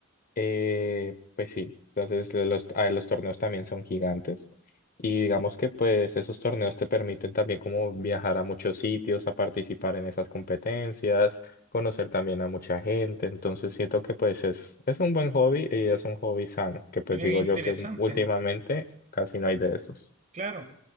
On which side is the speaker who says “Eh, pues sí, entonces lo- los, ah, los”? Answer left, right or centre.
Left